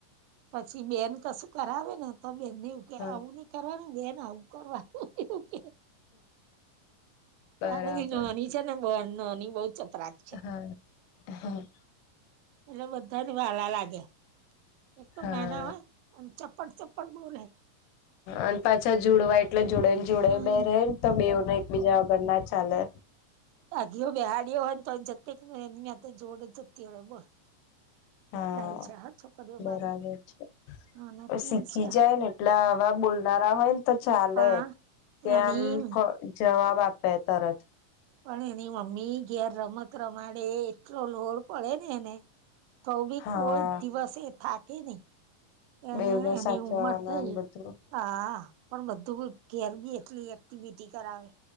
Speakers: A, on the right; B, on the left.
A: પછી બેન કશું કરાવે ને તો બેન ને એવું કે
B: હા
A: આવું નહી કરવાનું બેન આવું કરવાનું એવું કે
B: બરાબર
A: અરી નોની છે ને નોની બહૂં ચપરા
B: હા, હા.
A: એટલે બધાને વાલા લાગે, એક તો
B: હા
A: નાના હોય અને ચપ્પટ ચપ્પટ બોલે.
B: અને પાછા જુંડવા એટલે જોડે ને જોડે
A: હમ
B: બે રહે ને તો બેને એક બીજા વગર ના ચાલે.
A: આગી બેહાડી હોય તોય જતી જોડ જતી રે બોલ.
B: હા
A: ડાહી છે હ છોકરીઓ મારી.
B: બરાબર છે
A: અને પ્રિન્સ
B: શીખી
A: છે
B: જાય ને એટલે આવા બોલનારા હોય ને તો ચાલે.
A: પણ
B: કે
A: એની
B: આમ ફ જવાબ આપે તરત.
A: પણ એની મમ્મી ઘેર રમત રમાડે એટલો લોડ પડે ને એને, તો બી
B: હા
A: કોઈ દિવસ એ થાકે નહી. એ
B: બેવને
A: એની
B: સાચાવાના
A: ઉંમર થઈ
B: ને બધું.
A: હા, પણ બધું ઘેર બી એટલી એક્ટિવિટી કરાવે